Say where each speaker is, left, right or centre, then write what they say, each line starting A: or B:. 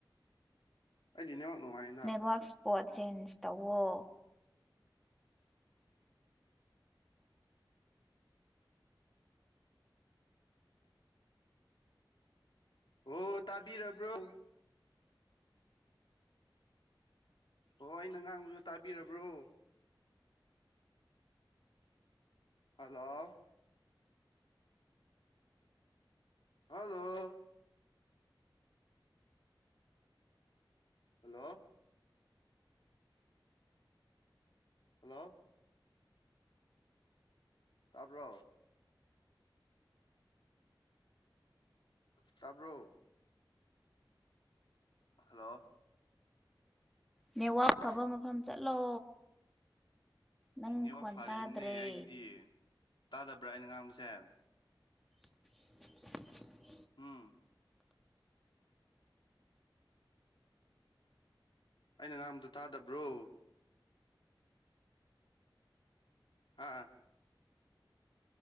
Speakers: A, on the left; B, in the centre.
A: ꯎ ꯑꯩꯗꯤꯅꯦ ꯅꯨꯡꯉꯥꯏ
B: ꯅꯦꯠꯋꯔꯥꯛ ꯏꯁ꯭ꯄꯣꯠ ꯆꯦꯟꯖ ꯇꯧꯋꯣ
A: ꯍꯣ ꯇꯥꯕꯤꯔꯕ꯭ꯔꯣ ꯑꯣ ꯑꯩꯅ ꯉꯥꯡꯕꯗꯨ ꯇꯥꯕꯤꯔꯕ꯭ꯔꯣ ꯍꯥꯜꯂꯣ ꯍꯜꯂꯣ ꯍꯜꯂꯣ ꯍꯜꯂꯣ ꯇꯥꯕ꯭ꯔꯣ ꯇꯥꯕ꯭ꯔꯣ ꯍꯜꯂꯣ
B: ꯅꯦꯠꯋꯥꯛ ꯐꯕ ꯃꯐꯝ ꯆꯠꯂꯣ ꯅꯪ
A: ꯑꯦꯅꯦꯕ
B: ꯈꯣꯟ
A: ꯐꯥꯔꯤꯕꯅꯦ
B: ꯇꯥꯗ꯭ꯔꯦ
A: ꯑꯩꯒꯤꯗꯤ ꯇꯥꯗꯕ꯭ꯔꯥ ꯑꯩꯅ ꯉꯥꯡꯕꯁꯦ
B: <unintelligible>
A: ꯎꯝ ꯑꯩꯅ ꯉꯥꯡꯕꯗꯨ ꯇꯥꯗꯕ꯭ꯔꯣ ꯍꯥ